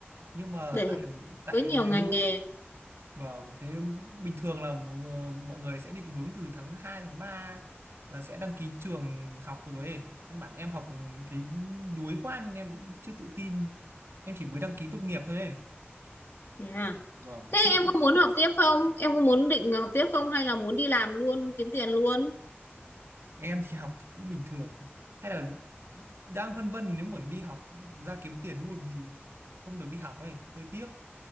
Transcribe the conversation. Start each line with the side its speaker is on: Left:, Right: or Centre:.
Right: Nhưng mà
Left: để
Right: tại tại
Left: với nhiều
Right: nếu
Left: ngành nghề
Right: Vâng, thế bình thường là ờ, mọi người sẽ định hướng từ tháng 2 tháng 3 là sẽ đăng ký trường học rồi ấy. Căn bản em học thấy đuối quá nên em chưa tự tin. Em chỉ mới đăng ký tốt nghiệp thôi ấy.
Left: thế à
Right: Vâng,
Left: thế
Right: chứ
Left: em có muốn học tiếp không em có muốn định học tiếp không hay là muốn đi làm luôn kiếm tiền luôn
Right: em thì học thì cũng bình thường. Hay là đang vân vân nếu mà đi học ra kiếm tiền luôn thì không được đi học ấy, hơi tiếc.